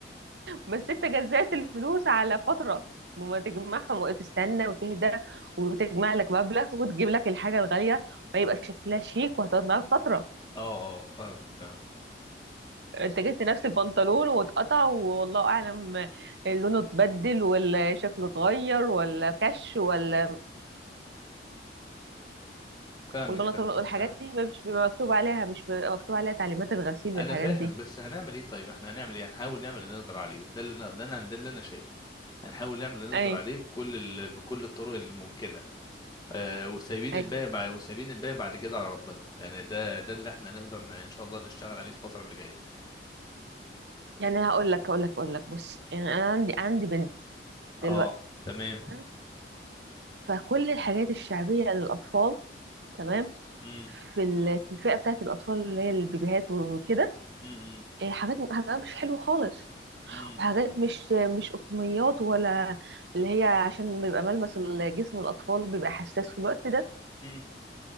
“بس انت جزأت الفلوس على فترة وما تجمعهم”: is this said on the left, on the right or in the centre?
Right